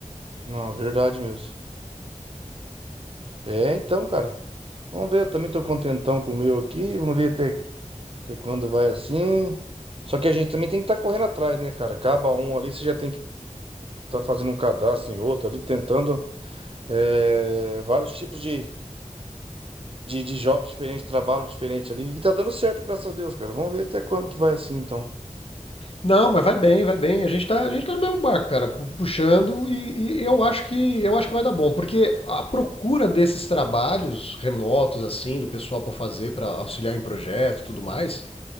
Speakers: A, on the right (about 45°); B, on the left (about 45°).
A: não, é verdade mesmo. É, então, cara, vamos ver, eu também tô contentão com o meu aqui, vamos ver até E quando vai assim. Só que a gente também tem que estar correndo atrás, né, cara? Acaba um ali, você já tem que estar fazendo um cadastro em outro ali, tentando eh, vários tipos de, de, de jobs diferentes, trabalho diferente ali. E tá dando certo, graças a Deus, cara. Vamos ver até quando que vai assim, então.
B: Não, mas vai bem, vai bem. A gente tá, a gente tá no mesmo barco, cara, pu- puxando e, e eu acho que eu acho que vai dar bom, porque a procura desses trabalhos remotos assim, do pessoal pra fazer, pra auxiliar em projeto, e tudo mais,